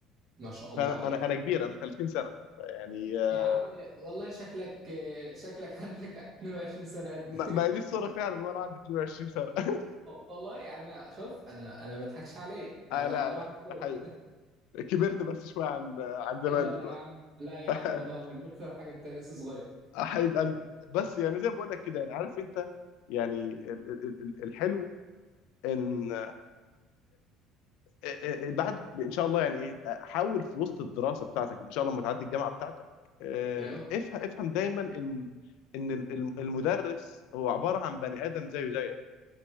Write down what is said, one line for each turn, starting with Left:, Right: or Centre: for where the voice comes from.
Right: ما شاء الله
Left: فانا
Right: عليك
Left: انا انا كبير انا 30 سنه يعني أه
Right: يا عم والله شكلك آه، شكلك عندك 22 سنه قد
Left: ما
Right: <laughs>
Left: ما هي دي الصوره فعلا وانا عندي 22 سنه <laughs>
Right: والله يعني انا شوف انا انا ما بضحكش عليك
Left: آه
Right: انا
Left: لا
Right: اروح
Left: لا
Right: <laughs>
Left: ده حقيقي كبرت بس شويه عن عن زمان
Right: لا
Left: دلوقتي
Right: يا عم لا يا
Left: <laughs>
Right: عم والله ولا حاجه انت لسه صغير
Left: آه، حبيب قلبي بس يعني زي ما بقول لك كده يعني عارف انت يعني ال- ال- ال- الحلو ان آه، آه، آه، بعد ان شاء الله يعني ايه آه، حاول في وسط الدراسه بتاعتك ان شاء الله لما تعدي الجامعه بتاعتك آه،
Right: ايوه
Left: افهم افهم دايما ان ان ال- الم- المدرس هو عباره عن بني ادم زيه زيك